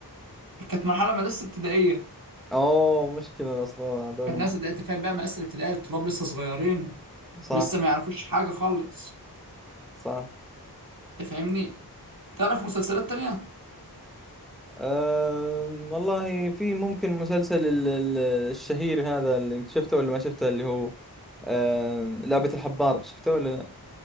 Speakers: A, on the right (about 60°); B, in the centre.
A: كانت مرحله مدرسه ابتدائيه
B: اوه مشكلة الاصغر هذول
A: كانت ناس بدأت تفهم بقى مدرسه الابتدائيه الطلاب لسه صغيرين
B: صح
A: ولسه ما يعرفوش حاجه خالص
B: صح
A: انت فاهمني تعرف مسلسلات تانية
B: أم والله في ممكن مسلسل ال- ال- الشهير هذا اللي شفته ولا ما شفته اللي هو أم، لعبة الحبار شفته ولا لا